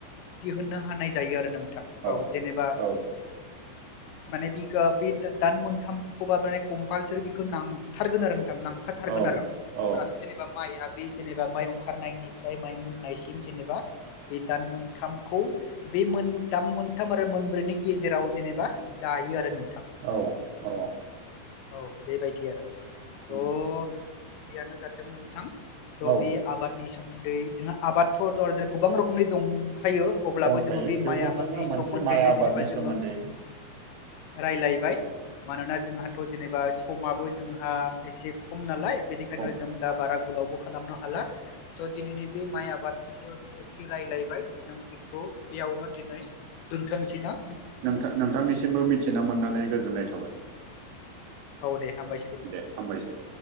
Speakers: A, on the left (about 80°); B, on the right (about 80°).
A: दिहुननो हानाय जायो आरो नोंथां औ
B: अके
A: जेनेबा
B: औ
A: माने बिखौ बे दान मोनथामखौबा माने कम्पालसुरि बिखौ नांथारगोन आरो नांखाथारगोन
B: औ
A: आरो
B: औ
A: अब्लासो जेनेबा माइया बे जेनेबा माइ ओंखारनायनिफ्राय माइ मोननायसिम जेनेबा बे दान मोनथामखौ बे मोनथाम मोनथाम आरो मोनब्रैनि गेजेराव जेनेबा जायो आरो नों थां
B: औ औ
A: औ बेबायदि आरो स'
B: उम
A: जियानो जाथों नोंथां थह
B: औ
A: बे आबादनि सोमोन्दै जोङो आबादथ' गोबां रोखोम खमनि दं दंखायो अब्लाबो
B: दंखायो
A: जोङो बे
B: थेवबो
A: माइ आबादनि
B: जोङो मोनसे
A: सोमोन्दैनो
B: माइ आबादनि
A: जेनेबा जोङो
B: सोमोन्दै
A: रायलायबाय मानोना जोंहाथ' जेनेबा समाबो जोंहा एसे खम नालाय बेनिखायनो
B: खम
A: जों दा बारा गोलावबो खालामनो हाला स' दिनैनि बे माइ आबादनि सायाव जोङो जि रायलायबाय जों बेखौ बेयावनो दिनै दोनथनोसैना
B: नोंथां नोंथांनिसिमबो मिथिना मोननानै गोजोननाय थाबाय
A: औ दे हामबायसै नोंथां
B: दे हामबायसै